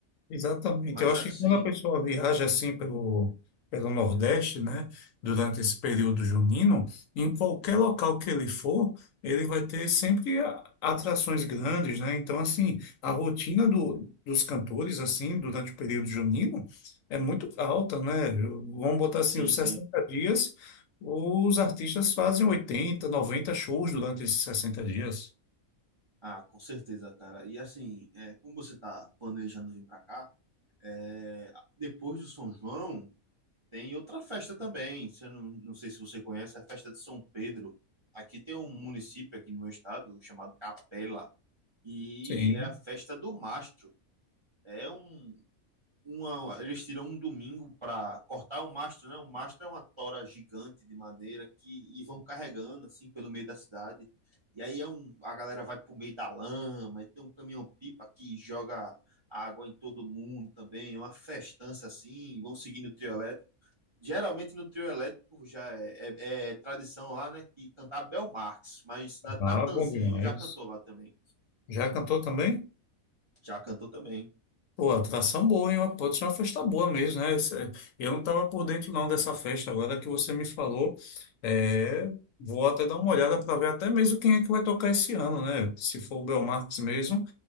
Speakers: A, on the left (about 70°); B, on the right (about 35°).
A: Exatamente.
B: Mas
A: Eu acho
B: assim,
A: que quando a pessoa viaja assim pelo, pelo Nordeste, né, durante esse período junino, em qualquer local que ele for, ele vai ter sempre a- atrações grandes, né? Então, assim, a rotina do, dos cantores, assim, durante o período junino, é muito alta, né? Eu- Vamos botar assim,
B: sim,
A: os
B: sim.
A: 60 dias, os artistas fazem oitenta noventa shows durante esses 60 dias.
B: Ah, com certeza, cara. E assim, é, como você tá planejando vir pra cá, é, depois do São João Tem outra festa também, se eu não, não sei se você conhece, a festa de São Pedro. Aqui tem um município aqui no meu estado chamado Capela e
A: Sim.
B: é a festa do mastro. É um uma, eles tiram um domingo para cortar o mastro, né? O mastro é uma tora gigante de madeira que e vão carregando assim pelo meio da cidade. E aí é um, a galera vai pro meio da lama, e tem um caminhão-pipa que joga água em todo mundo também, é uma festança assim, vão seguindo o trio elétrico. Geralmente no trio elétrico já é, é, é tradição lá, né? Que cantar Bel Marx, mas
A: Ah,
B: Natanzinho
A: bom demais.
B: já cantou lá também.
A: Já cantou também?
B: Já cantou também.
A: Pô, atração boa, hein? Pode ser uma festa boa mesmo, né? Isso é- Eu não estava por dentro não dessa festa. Agora que você me falou, é, vou até dar uma olhada para ver até mesmo quem é que vai tocar esse ano, né? Se for o Belmarx mesmo